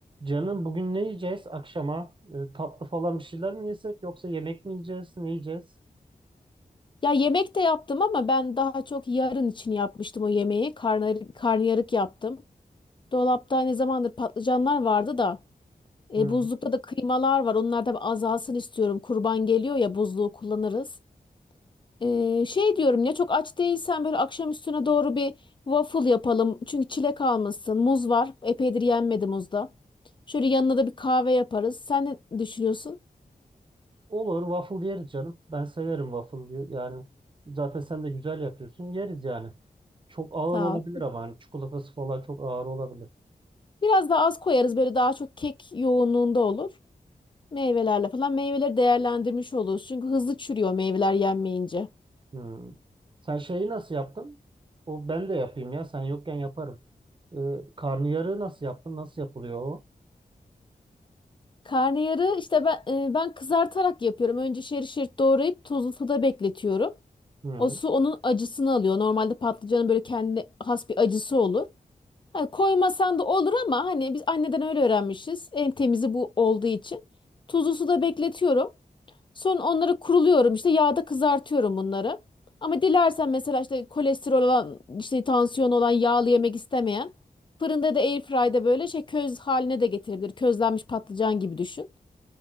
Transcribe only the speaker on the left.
Ya yemek de yaptım ama ben daha çok yarın için yapmıştım o yemeği. Karnıyarık, karnıyarık yaptım. Dolapta ne zamandır patlıcanlar vardı da e,
buzlukta da kıymalar var. Onlar da bir azalsın istiyorum. Kurban geliyor ya buzluğu kullanırız. E, şey diyorum ya çok aç değilsen böyle akşam üstüne doğru bir waffle yapalım. Çünkü çilek almışsın. Muz var. Epeydir yenmedi muzda. Şöyle yanına da bir kahve yaparız. Sen ne düşünüyorsun?
Sağ
ol.
Biraz daha az koyarız böyle daha çok kek yoğunluğunda olur. Meyvelerle falan meyveleri değerlendirmiş oluyoruz. Çünkü hızlı çürüyor meyveler yenmeyince.
Karnıyarı işte ben e, ben kızartarak yapıyorum. Önce şerit şerit doğrayıp tuzlu suda bekletiyorum.
O su onun acısını alıyor. Normalde patlıcanın böyle kendine has bir acısı olur. Hani koymasan da olur ama hani biz anneden öyle öğrenmişiz. En temizi bu olduğu için. Tuzlu suda bekletiyorum. Sonra onları kuruluyorum işte yağda kızartıyorum bunları. Ama dilersen mesela işte kolesterol olan işte tansiyon olan yağlı yemek istemeyen fırında da airfryde böyle şey köz haline de getirebilir. Közlenmiş patlıcan gibi düşün.